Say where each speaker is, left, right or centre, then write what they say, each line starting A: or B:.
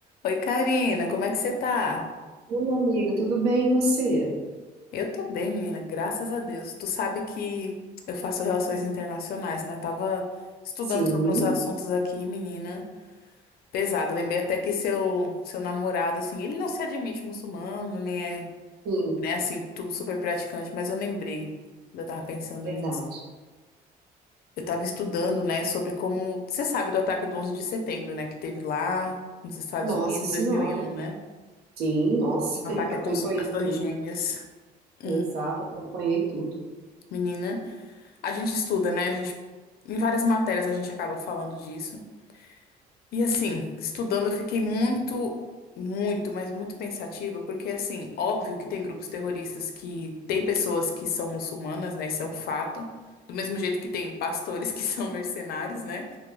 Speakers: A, on the left (about 65°); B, on the right (about 70°).
A: Oi, Karina, como é que você tá?
B: Oi, minha amiga, tudo bem e você?
A: Eu tô bem, menina, graças a Deus. Tu sabe que eu faço relações internacionais, né? Eu tava estudando
B: Sim,
A: sobre uns assuntos aqui, menina, pesado. Lembrei até que seu, seu namorado, assim, ele não se admite muçulmano, nem é,
B: sim,
A: né, assim, tudo super praticante, mas eu lembrei, eu tava pensando
B: verdade.
A: nisso. Eu tava estudando, né, sobre como. Você sabe do ataque do 11 de setembro, né, que teve lá nos Estados
B: Nossa
A: Unidos
B: Senhora.
A: em 2001, né?
B: Sim, nossa,
A: Um
B: <laughs>
A: ataque
B: acompanhei
A: à tor- às Torres
B: tudo.
A: Gêmeas.
B: Exato,
A: Hum,
B: acompanhei tudo.
A: menina. A gente estuda, né? A gente, em várias matérias a gente acaba falando disso. E assim, estudando eu fiquei muito, muito, mas muito pensativa, porque assim, óbvio que tem grupos terroristas que tem pessoas que são muçulmanas, né? Isso é um fato. Do mesmo jeito que tem pastores <laughs> que são mercenários, né?